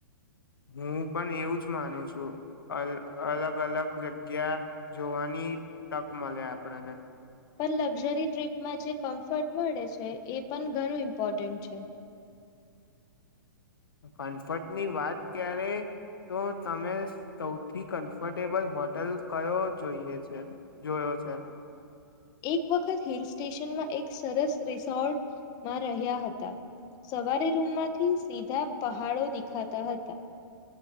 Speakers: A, on the left; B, on the left.
A: હું પણ એવું જ માનું છું અલગ અલગ જગ્યા જોવાની તક મળે આપણને
B: પણ લક્ઝરી ટ્રીપમાં જે કમ્ફર્ટ મળે છે એ પણ ઘણું ઇમ્પોર્ટન્ટ છે.
A: કમ્ફર્ટની વાત ક્યારે તો તમે સૌથી કમ્ફર્ટેબલ હોટલ કયો જોઈએ છે જોયો છે.
B: એક વખત હિલ સ્ટેશનમાં એક સરસ રિસોર્ટમાં રહ્યા હતા સવારે રૂમમાંથી સીધા પહાડો દેખાતા હતા.